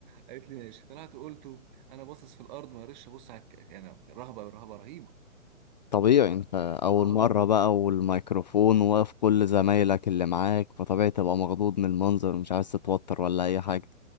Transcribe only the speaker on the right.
قالت لي ماشي طلعت قلته انا باصص في الارض ما قدرتش ابص على الك- انا رهبه رهبه رهيبه
ط-
اه